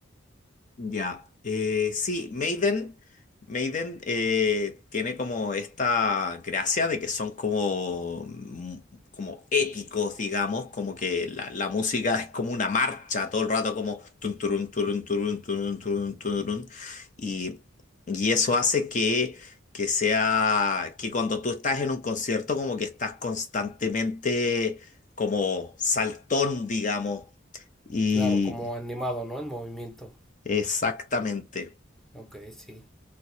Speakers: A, on the left; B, in the centre.
A: Ya, eh, sí, Maiden, Maiden eh, tiene como esta gracia de que son como, mm, como épicos, digamos, como que la, la música es como una marcha todo el rato, como tun, turun, turun, turun, turun, turun, turun, y, y eso hace que, que sea, que cuando tú estás en un concierto como que estás constantemente como saltón, digamos, y
B: Claro, como animado, ¿no? En movimiento.
A: exactamente.
B: Ok, sí.